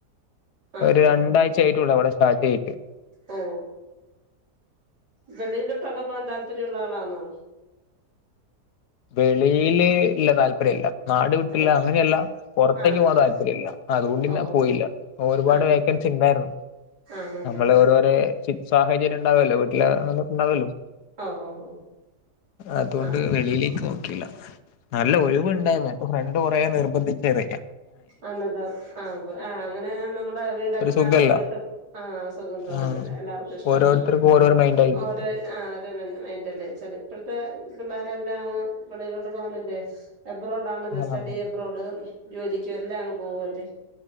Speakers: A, on the right (about 75°); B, on the left (about 75°).
A: ആഹ്
B: ഒര്
A: ആഹ്
B: രണ്ടായ്ച്ചായ്ട്ടൊള്ളു
A: ആഹ്
B: അവടെ സ്റ്റാട്ടെയ്ത്ട്ട്
A: ഓ വെളിയിലിട്ടൊക്കെ പോവാൻ താല്പര്യള്ള ആളാന്നൊ
B: വെളിയില് ഇല്ല താല്പര്യല്ല നാട് വിട്ടില്ല
A: അത്
B: അങ്ങനെയല്ല പുറത്തേക്ക്
A: ആഹ്
B: പോവാൻ താല്പര്യമില്ല. അതൊണ്ട് പിന്നെ
A: ഓഹോ
B: പോയില്ല. ഒരുപാട്
A: ആഹ്
B: വേക്കൻസി
A: ആഹ്
B: ഇണ്ടായിരുന്നു
A: ആഹ് ആണല്ലേ
B: നമ്മള് ഓരോരെ ചു സാഹചര്യം ഉണ്ടാവൊല്ലോ വീട്ടില് ഇണ്ടാവൊല്ലോ
A: ആഹ് ഓഹോ ഹോ
B: അതോണ്ട്
A: ആഹ്
B: വെളിയില് നോക്കില്ല നല്ല ഒഴിവ് ഇണ്ടായിരുന്നു. അപ്പ ഫ്രണ്ട് കുറേ നിർബന്ധിച്ചത്
A: അന്നിട്ട് ആഹ് ആ അങ്ങനെ നമ്മടെ വീടൊക്കെ
B: ഒരു
A: നാടൊക്കെ
B: സുഖല്ല
A: വിട്ട് ആഹ് സുഖം തോന്നത്തില്ല
B: ആഹ്
A: എല്ലാക്കും ഇഷ്ടല്ല
B: ഓരോരുത്തർക്കും ഓരോരു മൈൻഡ് ആയിരിക്കുല്ലോ
A: ഒര് ആഹ് ഒരോ മൈന്റല്ലേ ചെല പ്പഴത്തെ പിള്ളേരെല്ലാം അങ് വെളിയിലോട്ട് പോകാനല്ലേ അബ്രോഡാംന്നല്ല
B: ആഹ്
A: സ്റ്റഡി യബ്രോഡ് ജോലിക്ക് എല്ലാം അങ്ങ്പോവല്ലെ